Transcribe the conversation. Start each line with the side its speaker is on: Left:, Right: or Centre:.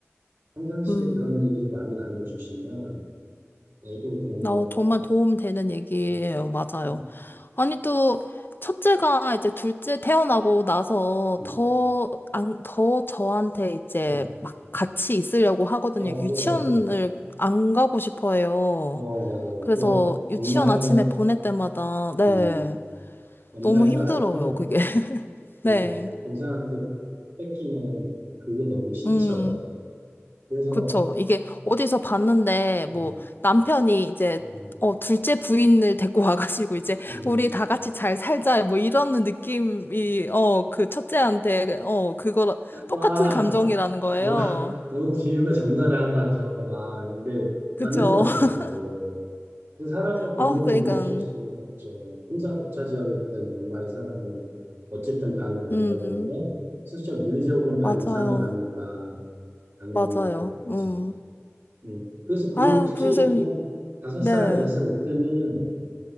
Right: 평상시에
Left: 음,
Right: 그런 얘기를 많이 나눠주시면 애도 그런
Left: 어,
Right: 거를
Left: 정말 도움 되는 얘기예요.
Right: 뭐,
Left: 맞아요.
Right: 음,
Left: 아니, 또, 첫째가 이제 둘째 태어나고 나서
Right: 음,
Left: 더, 안, 더 저한테 이제
Right: 음.
Left: 막 같이 있으려고 하거든요.
Right: 어
Left: 유치원을
Right: 그래요
Left: 안 가고 싶어 해요.
Right: 그어 맞아요
Left: 그래서
Right: 그
Left: 유치원
Right: 엄마의
Left: 아침에 보낼 때마다, 네,
Right: 음, 엄마의
Left: 너무 힘들어요,
Right: 사랑을
Left: 그게. <laughs>
Right: 그
Left: 네,
Right: 동생한테 뺏기는 그게 너무 싫죠
Left: 음.
Right: 그래서
Left: 그쵸. 이게 어디서 봤는데,
Right: 음,
Left: 뭐, 남편이 이제,
Right: 음,
Left: 어, 둘째 부인을 데리고 와가지고, 이제,
Right: 음.
Left: 우리 다 같이 잘 살자, 뭐, 이런 느낌이, 어, 그 첫째한테, 어, 그거, 똑같은
Right: 아
Left: 감정이라는 거예요.
Right: 너무 <laughs> 너무 비유가 적나라하다 저 아 근데 맞는
Left: 그쵸.
Right: 것 같습니다
Left: <laughs>
Right: 어. 그 사람의 본능은
Left: 아, 그러니까,
Right: 뭐 어쩔 수 없죠. 혼자 독차지하고 있던 엄마의 사랑을 어쨌든 반을 나눠야
Left: 음,
Right: 되는데, 실제 물리적으로는 반
Left: 맞아요.
Right: 이상이 가니까 당연히
Left: 맞아요.
Right: 그렇겠죠.
Left: 음.
Right: 음. 그래서 그
Left: 아,
Right: 특히
Left: 그래서,
Right: 그 다섯
Left: 네.
Right: 살, 여섯 살 이때는